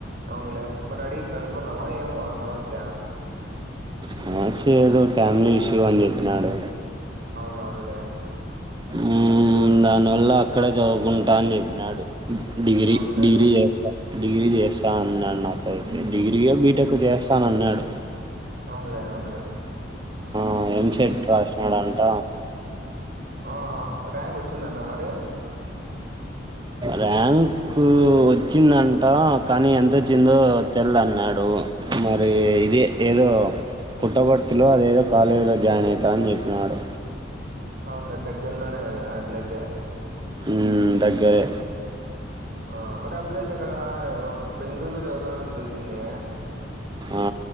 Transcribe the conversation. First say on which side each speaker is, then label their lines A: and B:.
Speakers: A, on the right (about 55°); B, on the right (about 25°).
A: అవునులే మరి అడిగి కనుకున్నావా ఏమో సమస్య
B: సమస్య ఏదో ఫ్యామిలీ ఇష్యూ అని చెప్పినాడు
A: అవునవునులే
B: మ్మ్ దానివల్ల అక్కడే చదువుకుంటా అని చెప్పినాడు డిగ్రీ
A: అవునులే
B: డిగ్రీ చేస్తా డిగ్రీ చేస్తా అన్నాడు నాతో అయితే డిగ్రీ యో బీటెక్ చేస్తాను అన్నాడు
A: అవునలే అవునులే
B: ఆ ఎంసెట్ రాసినాడంట
A: ఆహా ర్యాంక్ వచ్చిందాంటన మరి
B: ర్యాంకు వచ్చిందంటా కానీ ఎంతొచ్చిందో తెల్ద్ అన్నాడు మరి ఇదే ఏదో పుట్టపర్తిలో అదేదో కాలేజీలో జాయిన్ అయితా అని చెప్పినాడు
A: అవునులే దగ్గరలోనే అది అట్లయితే
B: మ్మ్ దగ్గరే
A: ఆ మరి అభిలాష్ ఎక్కడ బెంగళూరులో చదువుతాన్నాడని తెలిసింది
B: ఆ